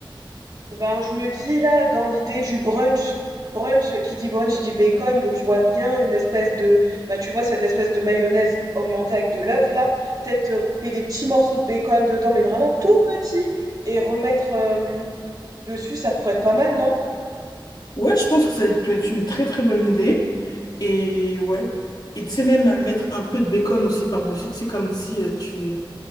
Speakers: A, on the right; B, on the left.
A: Ben, je me dis là, dans l'idée du brunch, brunch, qui dit brunch, dit bacon, donc je vois bien une espèce de, bah tu vois cette espèce de mayonnaise augmentée avec de l'œuf là, peut-être euh, couper des petits morceaux de bacon dedans, mais vraiment tout petits, et remettre euh, dessus, ça pourrait être pas mal, non?
B: Ouais, je pense que ça peut être une très très bonne idée. Et ouais. Et tu sais même mettre un peu de bacon aussi par-dessus, tu sais comme si euh, tu